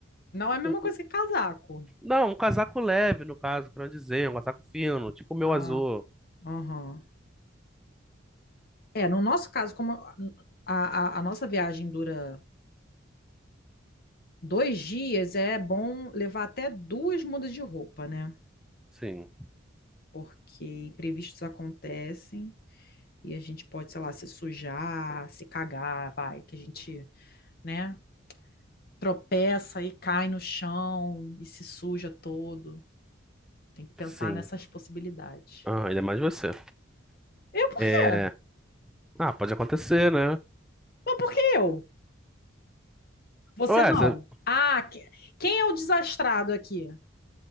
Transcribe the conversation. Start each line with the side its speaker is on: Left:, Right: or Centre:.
Left: não é a mesma
Centre: Um- um-
Left: coisa que casaco.
Centre: não, um casaco leve, no caso, quero dizer, um casaco fino, tipo o meu
Left: Ah,
Centre: azul.
Left: aham. É, no nosso caso, como a, a, a nossa viagem dura dois dias, é bom levar até duas mudas de roupa, né?
Centre: Sim,
Left: Porque imprevistos acontecem e a gente pode, sei lá, se sujar, se cagar, vai, que a gente, né, tropeça e cai no chão e se suja todo. Tem que pensar
Centre: sim.
Left: nessas possibilidades.
Centre: Ah, ainda mais você.
Left: Eu por
Centre: É...
Left: quê?
Centre: Ah, pode acontecer, né?
Left: Mas por que eu? Você
Centre: Ué,
Left: não.
Centre: você...
Left: Ah, que- quem é o desastrado aqui?